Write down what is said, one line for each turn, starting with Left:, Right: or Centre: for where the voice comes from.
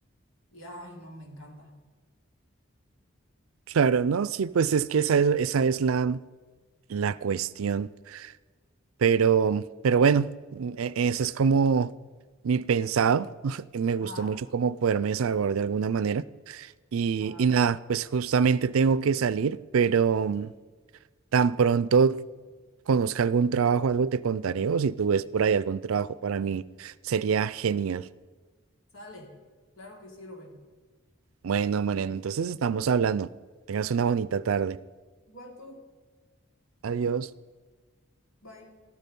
Left: y, ay, no, me encanta.
Right: Claro, ¿no? Sí, pues es que esa es, esa es la, la cuestión. Pero, pero bueno, mm, e- ese es como mi pensado. <laughs> Me gustó
Left: Ajá.
Right: mucho como poderme desahogar de alguna manera. Y,
Left: Ajá,
Right: y nada, pues justamente tengo que salir, pero
Left: sí,
Right: mm, tan pronto conozca algún trabajo, algo te contaré, o si tú ves por ahí algún trabajo para mí, sería genial.
Left: sale. Claro que sí, Rubén.
Right: Bueno, Mariano, entonces estamos hablando. Tengas una bonita tarde.
Left: Igual tú,
Right: Adiós.
Left: bye.